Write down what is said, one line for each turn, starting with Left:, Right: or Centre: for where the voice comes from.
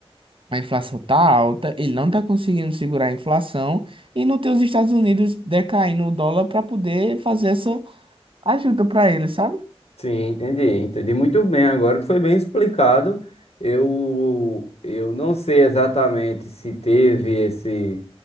Right: A inflação tá alta, ele não tá conseguindo segurar a inflação e não tem os Estados Unidos decaindo o dólar para poder fazer essa ajuda para ele, sabe?
Left: Sim, entendi, entendi muito bem. Agora foi bem explicado. Eu, eu não sei exatamente se teve esse,